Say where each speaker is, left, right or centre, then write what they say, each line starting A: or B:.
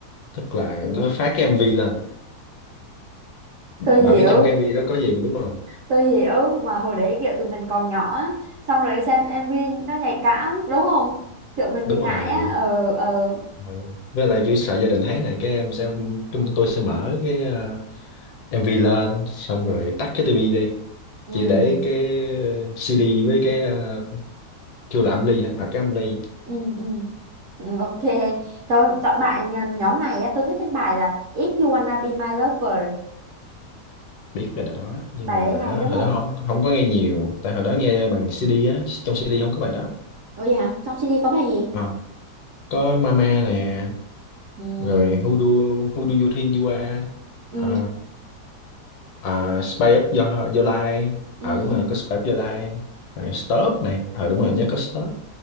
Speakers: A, on the left; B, on the right.
A: tức là nó phát cái MV lên
B: tôi
A: bà
B: hiểu.
A: biết trong cái MV đó có gì mà đúng không
B: Tôi hiểu mà hồi đấy kiểu tụi mình còn nhỏ á, xong rồi xem MV nó nhạy cảm đúng không? Kiểu mình
A: đúng
B: bị ngại
A: rồi
B: á. Ờ ờ
A: Rồi. Với lại kiểu sợ gia đình thấy này cái em sẽ chúng tôi sẽ mở cái ờ, MV lên xong rồi tắt cái tivi đi
B: ừ
A: chỉ để cái ờ, CD với cái ờ, kêu là âm ly hả à, cái âm ly
B: ừ ừ Ừ, ok cho chọn bài nhà- nhóm này á tôi thích thêm bài là If You Wanna Be My Lover
A: biết bài đó nhưng
B: bài
A: mà
B: đấy
A: bài
B: hay
A: đó
B: đúng
A: hồi
B: không
A: đó không không có nghe nhiều tại hồi đó nghe bằng CD á trong CD không có bài đó
B: ủa vậy hả trong CD có bài gì
A: Ờ. có Mama nè
B: ừ
A: rồi Who Do Who Do You Think You Are
B: ừ
A: Ờ, à, Spy Up Your, Your Life
B: ừ
A: ờ đúng rồi có Spy Up Your Life rồi Stop này ờ đúng rồi nhớ có Stop